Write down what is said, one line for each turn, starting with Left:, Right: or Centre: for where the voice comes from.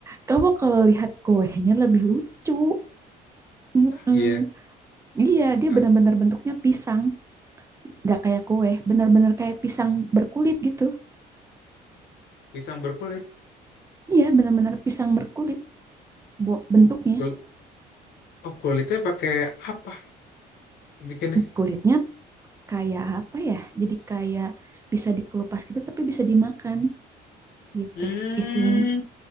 Right: kamu kalau lihat kuenya lebih lucu. Mm-mm.
Left: Ah, iya,
Right: Iya, dia
Left: Ah,
Right: benar-benar bentuknya pisang, nggak kayak kue, benar-benar kayak pisang berkulit gitu.
Left: pisang berkulit.
Right: Iya, benar-benar pisang berkulit bu- bentuknya.
Left: Kul- oh, kulitnya pakai apa bikinnya?
Right: Kulitnya kayak apa ya? Jadi kayak bisa dikelupas gitu tapi bisa dimakan gitu.
Left: Hmm,
Right: Isinya